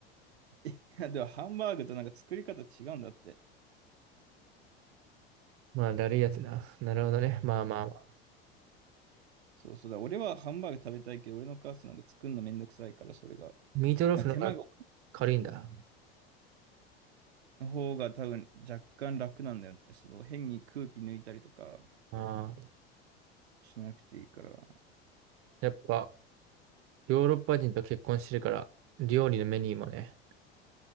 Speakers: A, on the right (about 80°); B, on the right (about 45°).
A: いや、でもハンバーグとなんか作り方違うんだって。
B: まあ、だるいやつな。なるほどね。まあまあまあ。
A: そうそうだ。俺はハンバーグ食べたいけど、俺の母さんなんか作るのめんどくさいから、それが。
B: ミートローフの方が
A: まあ手間が
B: 軽いんだ。
A: の方が多分若干楽なんだよね。その変に空気抜いたりとか
B: ああ。
A: しなくていいから。
B: やっぱ、ヨーロッパ人と結婚してるから、料理のメニューもね、